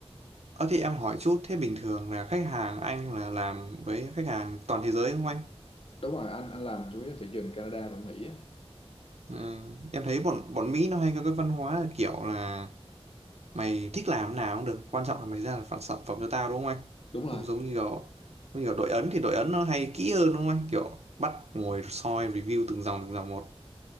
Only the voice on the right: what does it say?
ờ, thì em hỏi chút thế bình thường là khách hàng anh là làm với khách hàng toàn thế giới đúng không anh?
Ờ, em thấy bọn bọn Mỹ nó hay có cái văn hóa là kiểu là mày thích làm nào cũng được quan trọng là mày ra được phản sản phẩm cho tao đúng không anh
không
giống như kiểu như kiểu đội ấn thì đội ấn nó hay kỹ hơn đúng không anh kiểu bắt ngồi soi review từng dòng từng dòng một